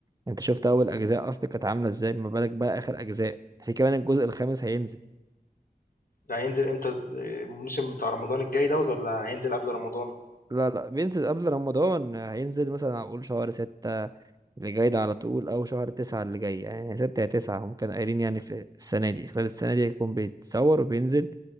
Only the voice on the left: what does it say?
ده هينزل امتى آه، الموسم بتاع رمضان الجاي دوت ولا هينزل قبل رمضان